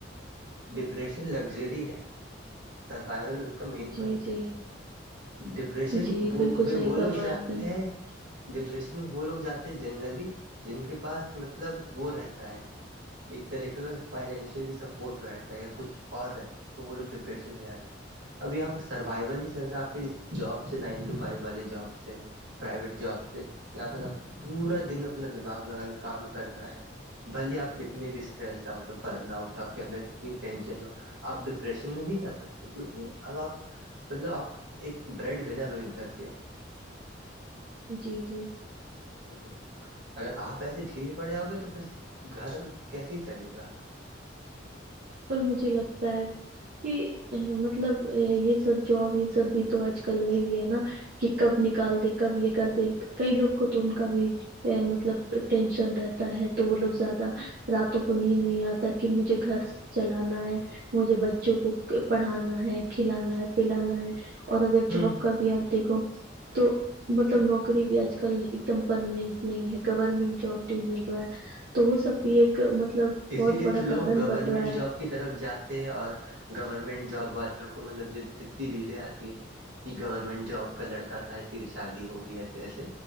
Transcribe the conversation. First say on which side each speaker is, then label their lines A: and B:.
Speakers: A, on the right; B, on the right.
A: ڈپریشن لگژری ہے سروائول ان مین
B: جی
A: پوائنٹ
B: جی
A: ہے ڈپریشن
B: جی بالکل صحیح
A: وہ
B: فرمایا
A: لوگ جاتے
B: آپ نے
A: ہیں ڈپریشن میں وہ لوگ جاتے ہیں جنرلی جن کے پاس مطلب وہ رہتا ہے ایک طرح ایک فائنشلی سپورٹ رہتا ہے یا کچھ اور رہتا ہے تو وہ لوگ ڈپریشن میں جاتے ہیں اب یہاں پہ سروائول ہی چل رہا ہے آپ کے اس جاب سے نائن ٹو فو والے جاب سے پرائیویٹ جاب سے یہاں پر سب کو پورا دن اپنا دماغ لگا کے کام کرنا ہے بھلیے آپ کتنی بھی اسٹریسڈ آؤٹ برن آؤٹ آپ کے اندر تنی بھی ٹینشن ہو آپ ڈپریشن میں نہیں جا سکتے کیونکہ اب آپ مطلب آپ ایک بریڈ ونر ہو ایک گھر کے
B: جی جی
A: ہوں اگر آپ ایسے ڈھیلے پڑ جاؤ گے تو پھر گھر کیسے ہی چلے گا
B: پر مجھے لگتا ہے کہ مطلب یہ سب جاب یہ سب بھی تو آج کل وہی ہے نا کہ کب نکال دے کب یہ کر دے کئی لوگ کو تو ان کا بھی مطلب ٹینشن رہتا ہے تو وہ لوگ زیادہ راتوں کو نیند نہیں آتا کہ مجھے گھر چلانا ہے مجھے بچوں کو پڑھانا ہے کھلانا ہے پلانا ہے اور اگر
A: ہ
B: جاب کا بھی آپ دیکھو تو مطلب نوکری بھی اج کل ایک دم پرماننٹ نہیں ہے گورمنٹ جاب بھی مل رہا ہے تو وہ سب بھی ایک مطلب
A: اسی
B: بہت
A: لیے
B: بڑا
A: تو لوگ
B: کارن
A: گورنمنٹ
B: بن رہا ہے
A: جاب کی طرف جاتے ہیں اور گورنمنٹ جاب والوں کو مطلب جتنی ریلیں آتی ہیں کہ گورنمنٹ جاب کا لڑکا تھا اسی لیے شادی ہوگی ایسے ایسے